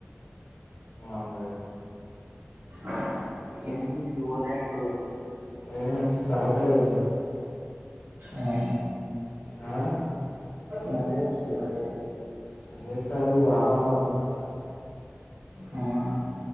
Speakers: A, on the left; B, on the right.
A: మామూలే అయితే
B: ఆ ఎన్ సి సి కి పోలే ఈరోజు
A: అ ఎన్ సి సి సెలవు కదా ఈరోజు
B: ఆ
A: ఆ
B: మరి రేపు సెలవ్
A: రేపు సెలవ్ ఈ వారమంతా అందరికి సెలవే
B: హ్మ్మ్